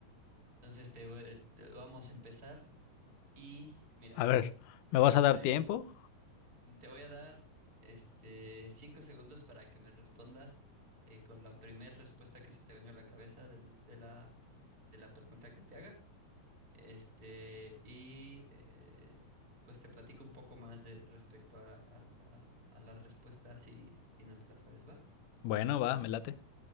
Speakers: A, on the right (about 25°); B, on the left (about 75°).
A: entonces te voy- eh, te- vamos a empezar. Y mira,
B: A ver, ¿me vas a dar
A: pre-
B: tiempo?
A: te voy a dar este cinco segundos para que me respondas eh, con la primera respuesta que se te venga a la cabeza del- de la, de la pregunta que te haga. Este, y eh, pues te platico un poco más de respecto a, a la, a la respuesta si, si no te la sabes, ¿va?
B: Bueno, va, me late.